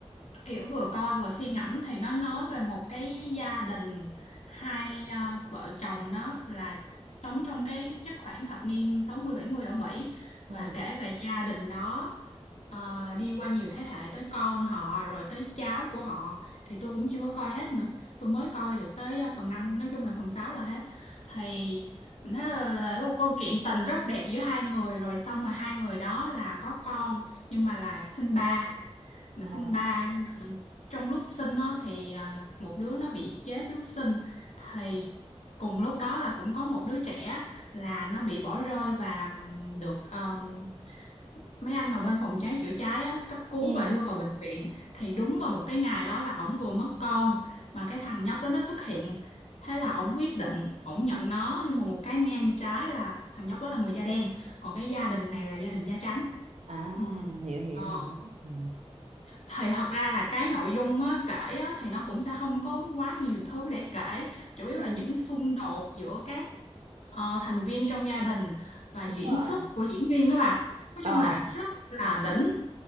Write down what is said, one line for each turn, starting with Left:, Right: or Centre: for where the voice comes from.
Left: kiểu vừa coi vừa suy ngẫm thì nó nói về một cái gia đình hai à, vợ chồng đó là sống trong cái chắc khoảng thập niên sáu mươi bảy mươi ở Mỹ và
Right: ừ
Left: kể về gia đình đó à, đi qua nhiều thế hệ tới con họ rồi tới cháu của họ thì tôi cũng chưa có coi hết nữa. Tôi mới coi được tới à, phần năm nói chung là phần 6 là hết. Thì mình thấy là là một câu chuyện tình rất đẹp giữa hai người rồi xong mà hai người đó là có con nhưng mà là sinh ba mà
Right: ờ.
Left: sinh ba nhưng mà trong lúc sinh nó thì à, một đứa nó bị chết lúc sinh thì cùng lúc đó là cũng có một đứa trẻ là nó bị bỏ rơi và ừm, được ờm, mấy anh mà bên phòng cháy chữa cháy á, cấp cứu
Right: ừ
Left: và đưa vào bệnh viện thì đúng vào một cái ngày đó là ổng vừa mất con mà cái thằng nhóc đó nó xuất hiện thế là ổng quyết định ổng nhận nó nhưng mà một cái ngang trái là thằng nhóc đó là người da đen còn cái gia đình này là gia đình da trắng
Right: à
Left: ừ.
Right: hiểu hiểu
Left: Ờ
Right: hiểu ừ
Left: thì thật ra là cái nội dung á, kể á, thì nó cũng sẽ không có quá nhiều thứ để kể chủ yếu
Right: Ừ,
Left: là những xung đột giữa các ờ, thành viên trong gia đình và diễn
Right: đúng rồi
Left: xuất của diễn viên đó bà nói
Right: ờ
Left: chung là rất là đỉnh